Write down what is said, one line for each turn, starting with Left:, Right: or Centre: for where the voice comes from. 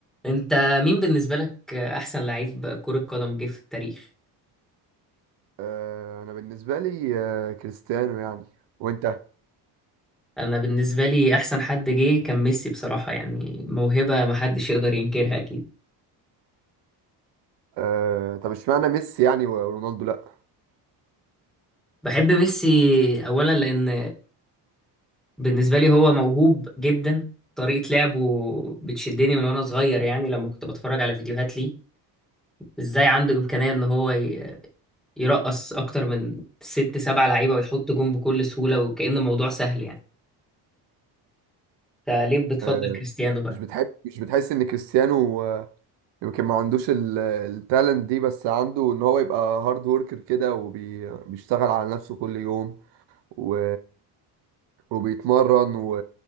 Centre: انت مين بالنسبة لك احسن لعيب كرة قدم جه في التاريخ
Right: آه، انا بالنسبه لي آه، كريستيانو يعني وانت
Centre: انا بالنسبة لي احسن حد جه كان ميسي بصراحة يعني موهبة محدش يقدر ينكرها اكيد
Right: آه، طب اشمعنى ميسي يعني ورونالدو لا
Centre: بحب ميسي اولا لان بالنسبة لي هو موهوب جدا طريقة لعبه بتشدني من وانا صغير يعني لما كنت بتفرج على فيديوهات ليه ازاي عنده امكانية ان هو ي- يرقص اكتر من ست سبع لعيبة ويحط جون بكل سهولة وكأن الموضوع سهل يعني انت ليه بتفضل
Right: آه،
Centre: كريستيانو بقى
Right: مش بتحب مش بتحس ان كريستيانو آه، يمكن ما عندوش ال- التالنت دي بس عنده ان هو يبقى هارد وركر كده وبيشتغل على نفسه كل يوم و... وبيتمرن و...